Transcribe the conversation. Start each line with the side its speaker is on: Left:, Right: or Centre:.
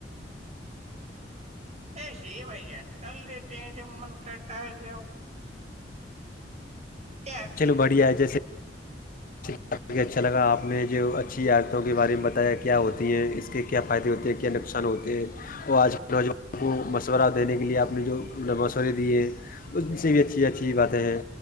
Right: ایسے ہی بھائی جان کر دیتے ہیں جب من کرتا ہے ج کیا کریں
Left: چلو بڑیا جیے <unintelligible> ے اچھا لگا آپ نے جو اچھی عادتوں کے بارے میں بتایا کیا ہوتی ہیں اس کے کیا فائدے ہوتی ہیں کیا نقش آسان ہوتے ہیں اور آج کے نوجوان کو مشورہ دینے کے لیے آپ نے جو مشورے دیے ہیں اس سے بھی اچھی اچھی باتیں ہیں